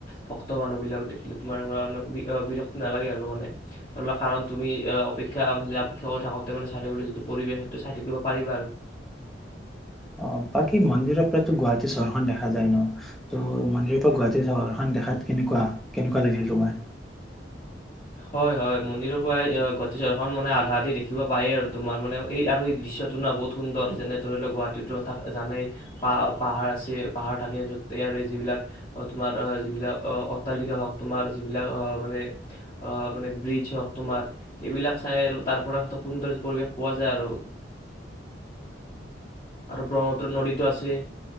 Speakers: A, on the left; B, in the centre.
A: ভক্ত মানুহ বিলাক দেখিলো তোমাৰ বিৰক্ত নালাগে আৰু মানে কাৰণ তুমি অপেক্ষা অপেক্ষা কৰি থাকোঁতে মানে চাইবলৈ যিটো পৰিৱেশ সেইটো চাই থাকিব পাৰিবা আৰু
B: অ বাকী মন্দিৰৰ পৰাতো গুৱাহাটী চহৰখন দেখা যায় ন ত মন্দিৰৰ পৰা গুৱাহাটী চহৰখন দেখাত কেনেকুৱা? কেনেকুৱা লাগিল তোমাৰ?
A: হয় হয় মন্দিৰৰ পৰা গুৱাহাটী চৰখন মানে আধা আধি দেখিব পায়েই আৰু তোমাৰ মানে এই আৰু এই দৃশ্যটো না বহুত সুন্দৰ যেনে ধৰি লওক গুৱাহাটীতো জানেই পাহ পাহাৰ আছে পাহাৰ থাকে এই যিবিলাক তোমাৰ যিবিলাক অট্টালিকে হওক তোমাৰ যিবিলাক আহ মানে আহ মানে ব্ৰিজ হওক তোমাৰ এইবিলাক চাই আৰু তাৰ পৰা সুন্দৰ পৰিৱেশ পোৱা যায় আৰু আৰু ব্ৰহ্মপুত্ৰ নদীটো আছেই